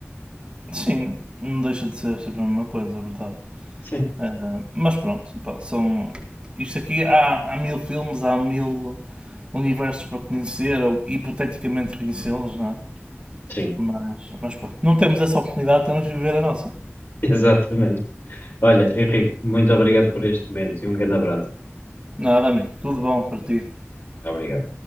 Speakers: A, on the right; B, on the left.
A: Sim, não deixa de ser sempre a mesma coisa, é verdade.
B: Sim,
A: Ah, mas pronto, pá, são. Isto aqui há, há mil filmes, há mil universos para conhecer, ou hipoteticamente conhecê-los, não é?
B: sim,
A: Mas, mas pronto, não temos essa oportunidade, temos de viver a nossa.
B: <laughs> exatamente. Olha, Henrique, muito obrigado por este momento e um grande abraço.
A: Nada, amigo, tudo bom para ti.
B: Obrigado.